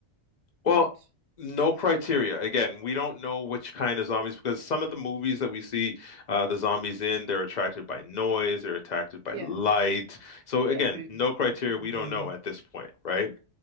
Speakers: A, on the left (about 55°); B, on the right (about 70°).
A: Well,
B: not?
A: no criteria. Again, we don't know which kind of zombies because some of the movies that we see uh, the zombies in, they're attracted by noise, they're attracted by
B: Yeah,
A: light. So
B: yeah,
A: again,
B: movement.
A: no criteria.
B: Mm.
A: We don't know at this point, right?